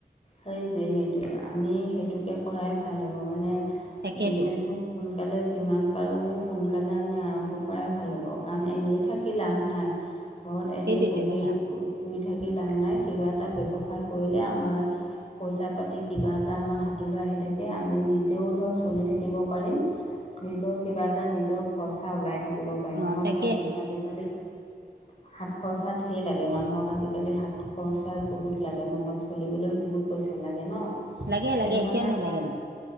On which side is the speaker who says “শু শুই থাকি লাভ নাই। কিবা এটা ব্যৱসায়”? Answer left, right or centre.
Left